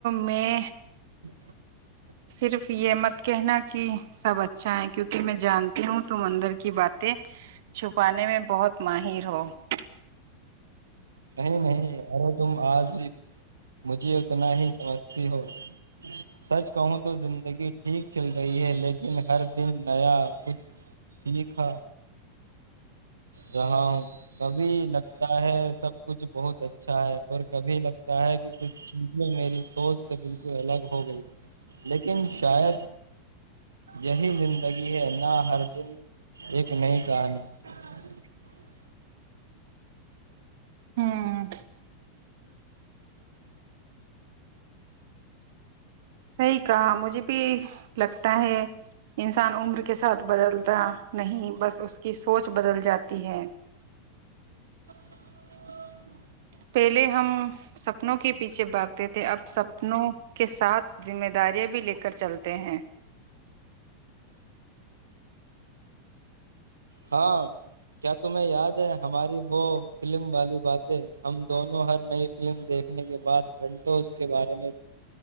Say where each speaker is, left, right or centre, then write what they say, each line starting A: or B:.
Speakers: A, on the right; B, on the right.
A: میں
B: <inaudible>
A: صرف یہ مت کہنا کہ سب اچھا ہے کیونکہ میں جانتا ہوں تم اندر کی باتیں چھپانے میں بہت ماہر <inaudible>
B: نہیں نہیں ارو تم آج بھی مجھے اتنا ہی سمجھتی ہو سچ کہوں تو زندگی ٹھیک چل رہی ہے لیکن ہر دن نیا کچھ سیکھا رہا ہوں کبھی لگتا ہے سب کچھ بہت اچھا ہے اور کبھی لگتا ہے کہ کچھ چیزیں میری سوچ سے بالکل الگ ہو گئی لیکن شاید یہی زندگی ہے نہ ہر دن ایک نئی کہانی <inaudible>
A: ہوں صحیح کہا مجھے بھی لگتا ہے انسان عمر کے ساتھ بدلتا نہیں بس اس کی سوچ بدل جاتی ہے
B: <inaudible>
A: پہلے ہم سپنوں کے پیچھے بگ تھے اب سپنوں کے ساتھ ذمہ داریاں بھی لے کر چلتے ہیں
B: ہاں کیا تمہیں یاد ہے ہماری وہ فلم والی باتیں ہم دونوں ہر نئی فلم دیکھنے کے بعد گھنٹوں اس کے بارے میں